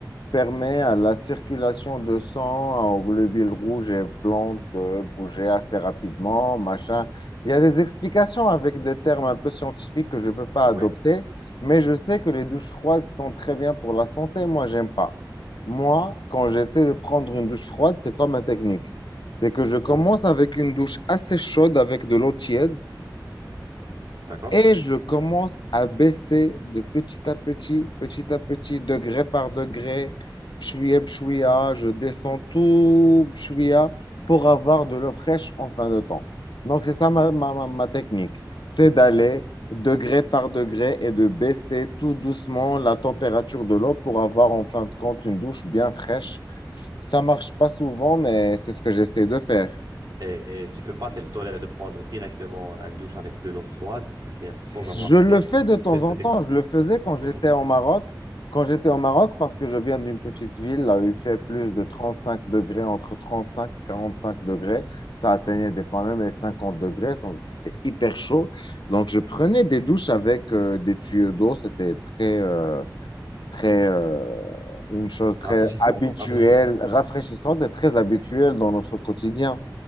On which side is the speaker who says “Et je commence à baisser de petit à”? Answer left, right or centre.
Left